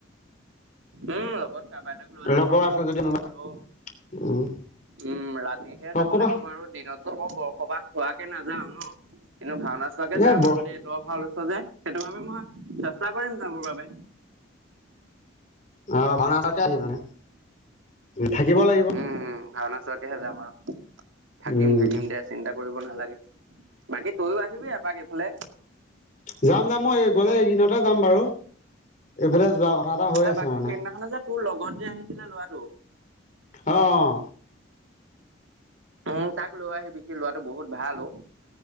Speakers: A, on the right; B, on the left.
A: উম লগত কাবা এটাক লৈ যাম
B: লগৰ
A: আৰু
B: আছে যদি
A: <unintelligible>
B: কোনোবা
A: হলও
B: উম
A: উম, ৰাতিহে
B: অ
A: যাব
B: কবা
A: লাগিব আৰু দিনত ত মই বৰসবাহ খোৱাকে নাযাও ন কিন্তু ভাওনা চোৱাকে
B: এ
A: যাম
B: ব
A: আৰু দেই ত ভাল যে সেইটো বাবে মই চেষ্টা কৰিম যাবৰ বাবে
B: <unintelligible> মানে থাকিব লাগিব
A: উম ভাওনা চোৱাকেহে যাম আৰু থাকিম
B: উম
A: থাকিম দে চিন্তা কৰিব নালাগে বাকী তইও আহিবি এপাক ইফালে
B: যাম-যাম মই গলে এইকেইদিনতে যাম বাৰু। এইফালে যোৱা কথা এটা হৈ
A: এ
B: আছে
A: বাকী
B: মানে।
A: সেইদিনাখনে যে তোৰ লগত যে আহিছিলে ল'ৰাটো
B: অ'
A: উম তাক লৈ আহিবি সি ল'ৰাটো বহুত ভাল অ'।